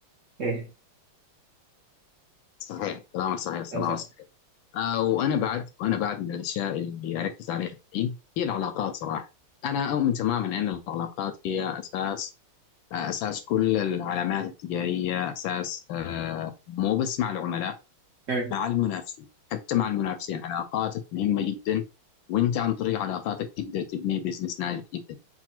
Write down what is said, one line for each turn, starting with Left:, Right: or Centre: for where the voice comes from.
Right: إيه
Left: صحيح كلامك صحيح
Right: صح
Left: كلامك
Right: صح
Left: صحيح آه وانا بعد وانا بعد من الاشياء اللي اركز عليها الحين هي العلاقات صراحه انا اؤمن تماما ان العلاقات هي اساس آه اساس كل العلامات التجاريه اساس آه مو بس مع العملاء
Right: مم.
Left: مع المنافسين حتى مع المنافسين علاقاتك مهمه جدا وانت عن طريق علاقاتك تقدر تبني بزنس ناجح جدا